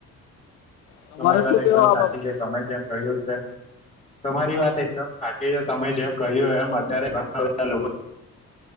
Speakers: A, on the left; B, on the left.
A: તમારે
B: તમારી વાત
A: શું
B: એકદમ
A: કહેવા આ
B: સાચી
A: બાબત
B: છે તમે જેમ કહ્યું છે. તમારી વાત એકદમ સાચી છે, તમે જેમ કહ્યું એમ અત્યારે ઘણા બધા લોકો